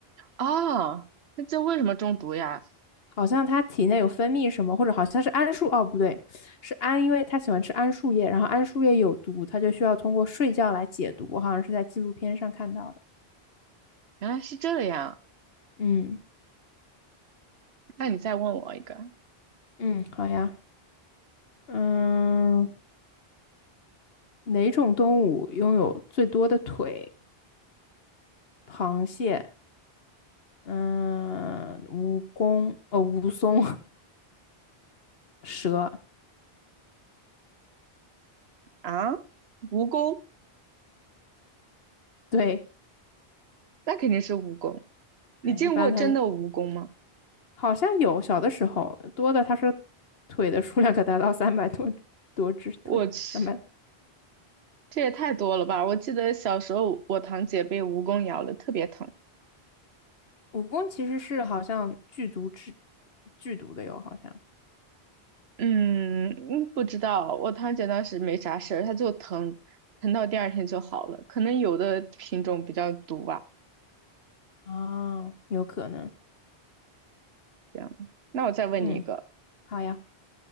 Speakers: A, on the right; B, on the left.
A: 哦，那这为什么中毒呀？
B: 好像它体内有分泌什么，或者好像是桉树，哦，不对，是桉，因为它喜欢吃桉树叶，然后桉树叶有毒，它就需要通过睡觉来解毒。我好像是在纪录片上看到的。
A: 原来是这样。
B: 嗯
A: 那你再问我一个
B: 嗯，好呀，嗯，哪种动物拥有最多的腿？螃蟹。嗯，蜈蚣，呃，蜈蚣，<laughs> 蛇，
A: 啊？蜈蚣，
B: 对，
A: 那肯定是蜈蚣。你见过真的蜈蚣吗？
B: 哎，一般它好像有，小的时候多的，它说腿的数量可达到三百多多只腿，
A: 我去，
B: 三百。
A: 这也太多了吧！我记得小时候我堂姐被蜈蚣咬了，特别疼。
B: 蜈蚣其实是好像剧毒之剧毒的哟，好像
A: 嗯，嗯不知道，我堂姐当时没啥事儿，她就疼，疼到第二天就好了。可能有的品种比较毒吧。
B: 啊，有可能，
A: 这样，那我再问你一个，
B: 嗯，好呀。